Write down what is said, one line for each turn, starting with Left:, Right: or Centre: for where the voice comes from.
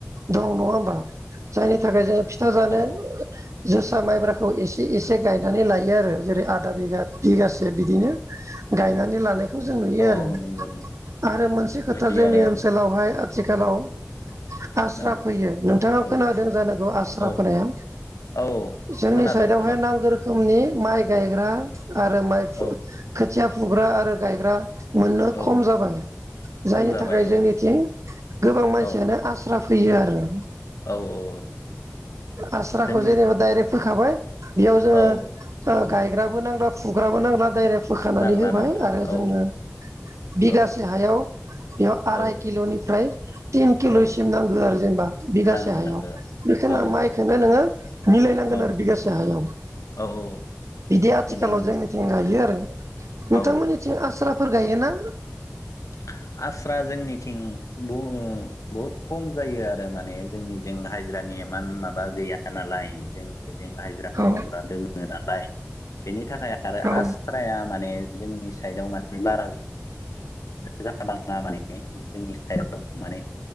Right: दं नङा होमबा जायनि थाखाय जोङो फिथा जानो
Left: औ
Right: जोसा माइब्राखौ एसे एसे गायनानै लायो आरो जेरै आदा बिगा बिगा से बिदिनो गायनानै लानायखौ जों नुयो
Left: औ
Right: आरो।
Left: नंगौ नंगौ
Right: आरो मोनसे खोथा
Left: नुयो
Right: जोंनि
Left: आरो
Right: ओनसोलावहाय आथिखालाव आस्रा
Left: औ
Right: फैयो नोंथाङा
Left: औ
Right: खोनादों जानांगौ आस्रा
Left: औ
Right: फोनाया?
Left: औ
Right: जोंनि
Left: खोनादों
Right: साइडआवहाय
Left: खोनादों
Right: नांगौ रोखोमनि माइ गायग्रा आरो माइ
Left: औ
Right: खोथिया फुग्रा आरो गायग्रा मोननो
Left: औ
Right: खम जाबाय जायनि
Left: खम जाबाय
Right: थाखाय जोंनिथिं
Left: औ
Right: गोबां मानसियानो
Left: औ
Right: आस्रा फैयो आरो।
Left: औ औ
Right: आस्राखौ
Left: जोंनि
Right: जेनेबा डाइरेक्ट फोखाबाय बेयाव जोङो
Left: औ
Right: ओ गायग्राबो नांला फुग्राबो नांला डायरेक्ट फोखानानै
Left: नांला
Right: होबाय
Left: नांला
Right: आरो
Left: औ
Right: जोंनो बिगासे
Left: औ
Right: हायाव बेयाव आराय
Left: औ
Right: किल'निफ्राय तिन किल'सिम
Left: औ
Right: नांगौ आरो जेनेबा बिगासे
Left: नांगो
Right: हायाव
Left: नांगो
Right: बेखौनो
Left: औ
Right: आं माइ खौनो नोङो मिलायनांगोन
Left: औ
Right: आरो बिगासे हायाव।
Left: औ औ
Right: बिदि आथिखालाव
Left: मिलायनांगौ
Right: जोंनिथिं गायो आरो। नोंथांमोननिथिं
Left: औ
Right: आस्राफोर गायो ना?
Left: <unintelligible> आस्रा जोंनिथिं बहु बहुत खम जायो आरो माने जोंनिथिं हाजिरानि इमान माबा गैया नालाय जों <unintelligible> हायज्रा
Right: औ
Left: मावग्रा दोङो नालाय बेनि थाखाय आरो
Right: औ
Left: आस्राया माने जोंनि साइडआव माने बारा जा बाङा माने जोंनि साइडआव। माने